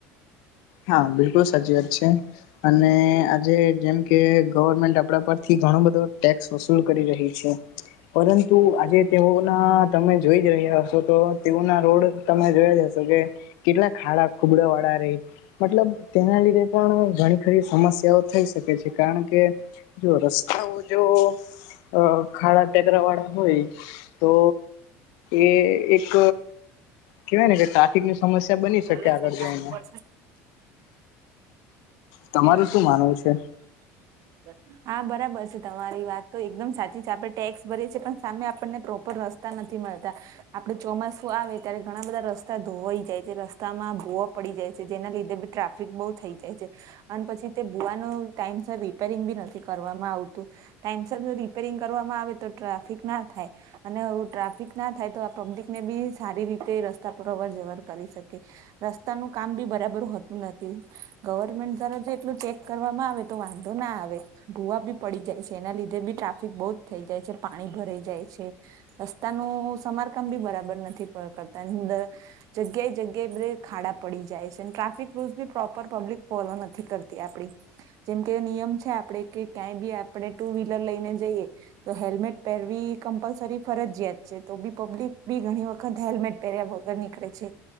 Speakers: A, on the left; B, on the right.
A: હા, બિલકુલ સાચી વાત છે. અને આજે જેમ કે ગવર્મેન્ટ આપડા પરથી ઘણો બધો ટેક્સ વસૂલ કરી રહી છે. પરંતુ આજે તેઓના તમે જોઈ રહ્યા હસોં તો તેઓ ના રોડ તમે જોયા જશો કે કેટલા ખાડા ખુબડા વાળા રહી મતલબ તેના લીધે પણ ઘણી ખરી સમસ્યાઓ થઈ શકે છે. કારણ કે જો રસ્તાઓ જો અહ ખાડા ટેકરાવાળા હોય તો એ એક કેવાય ને કે ટ્રાફિકની સમસ્યા બની શકે
B: હવે
A: આગળ
B: સર નાખવું
A: જઈને.
B: પડશે
A: તમારું
B: છે
A: શું માનવું છે?
B: <unintelligible> હા, બરાબર છે તમારી વાત તો એકદમ સાચી છે. આપડે ટેક્સ ભરી છેએ પણ સામે આપણને પ્રોપર રસ તા નથી મળતા. આપડે ચોમાસું આવે ત્યારે ઘણા બધા રસ્તા ધોવાઈ જાય છે. રસ્તામાં ભોવા પડી જાય છે જેના લીધે બી ટ્રાફિક બહુ થઈ જાય છે. અને પછી તે ભુવાનું ટાઈમ સર રિપેરિંગ બી નથી કરવામાં આવતું. ટાઈમસર નું રિપેરિંગ કરવામાં આવે તો ટ્રાફિક ના થાય. અને હું ટ્રાફિક ના થાય તો આ પબ્લિક ને બી સારી રીતે રસ્તા પર અવર જવર કરી શકે. રસ્તાનું કામ બી બરાબર હોતું નથી ગવર્મેન્ટ જ્યારે એટલું ચેક કરવામાં આવે તો વાંધો ના આવે. ધોવા બી પડી જાય છે એના લીધે બી ટ્રાફિક બહુ જ થઈ જાય છે પાણી ભરાઈ જાય છે. રસ્તાનું સમારકામ બી બરાબર નથી ક-કરતા ની અંદર. જગ્યા એ જગ્યા એ બધે ખાડા પડી જાય છે અને ટ્રાફિક રૂલ્સ બી પ્રોપર પબ્લિક ફોલવા નથી. નથી કરતી આપડી જેમ કે નિયમ છે આપણે કે ક્યાંય બી આપણે ટુ વ્હીલર લઈને જઈએ. તો હેલ્મેટ પહેરવી કમ્પલસરી ફરજયાત છે તો બી પબ્લિક બી ઘણી વખત હેલ્મેટ પેર્યા વગર નીકળે છે.